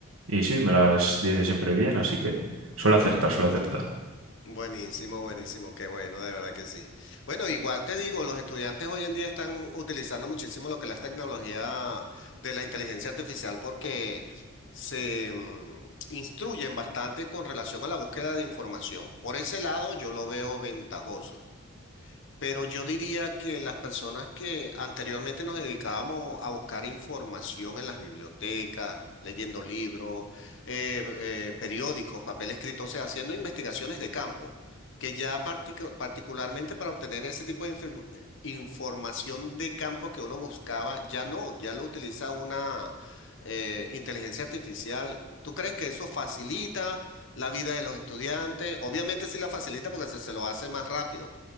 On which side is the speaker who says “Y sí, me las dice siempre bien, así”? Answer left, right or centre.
Right